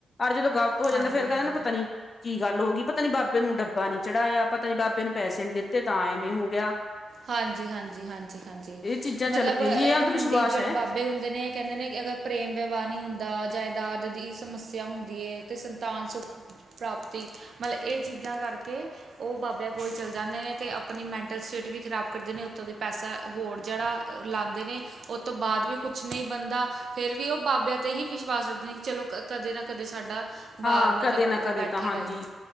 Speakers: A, on the left; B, on the right.
A: ਔਰ ਜਦੋਂ ਗਲਤ ਹੋ ਜਾਂਦੈ
B: ਹਾਂਜੀ
A: ਫੇਰ
B: ਹਾਂਜੀ
A: ਕੈਂਦੇ ਨੇ ਪਤਾ ਨੀ ਕੀ ਗੱਲ ਹੋ ਗੀ, ਪਤਾ ਨੀ ਬਾਬੇ ਨੂੰ ਡੱਬਾ ਨੀ ਚੜਾਏਆ, ਪਤਾ ਨੀ ਬਾਬੇ ਨੂੰ ਪੈਸੇ ਨੀ ਦਿੱਤੇ ਤਾਂ ਐਵੇਂ ਹੋ ਗੇਆ।
B: ਹਾਂਜੀ-ਹਾਂਜੀ-ਹਾਂਜੀ-ਹਾਂਜੀ
A: ਇਹ ਚੀਜ਼ਾਂ
B: ਮਤਲਬ
A: ਚੱਲ ਪਈਆਂ
B: ਐ
A: ਜੀ ਇਹ ਅੰਧ
B: ਪਖੰਡੀ
A: ਵਿਸ਼ਵਾਸ
B: ਜੜੇ
A: ਹੈ
B: ਬਾ ਬੇ ਹੁੰਦੇ ਨੇ ਕੈਂਦੇ ਨੇ ਕਿ ਅਗਰ ਪ੍ਰੇਮ ਵਿਵਾਹ ਨੀ ਹੁੰਦਾ, ਜਾਇਦਾਦ ਦੀ ਸਮੱਸਿਆ ਹੁੰਦੀ ਏ ਤੇ ਸੰਤਾਨ ਸੁੱਖ ਪ੍ਰਾਪਤੀ ਮਤਲਬ ਏਹ ਚੀਜ਼ਾਂ ਕਰਕੇ ਓ ਬਾਬੇਆਂ ਕੋਲ ਚਲ ਜਾਂਦੇ ਨੇ ਤੇ ਆਪਣੀ ਮੈਂਟਲ ਸਟੇ ਟ ਵੀ ਖ਼ਰਾਬ ਕਰਦੇ ਨੇ ਉੱਤੋਂ ਦੇ ਪੈਸਾ ਹੋਰ ਜੜਾ ਅ ਲਾਂਦੇ ਨੇ ਓਤੋਂ ਬਾਦ ਵੀ ਕੋਛ ਨਹੀਂ ਬਨਦਾ ਫੇਰ ਵੀ ਉਹ ਬਾਬਿਆਂ ਤੇ ਹੀ ਵਿਸ਼ਵਾਸ ਰੱਖਦੇ ਨੇ ਕਿ ਚਲੋ ਕਦੇ ਨਾ ਕਦੇ ਸਾਡਾ ਬਾ
A: ਹਾਂ
B: ਮਤਲਬ
A: ਕਦੇ ਨਾ
B: ਉਹ
A: ਕਦੇ,
B: ਬੈਠੇਗਾ
A: ਤਾਂ ਹਾਂਜੀ
B: ਹੀ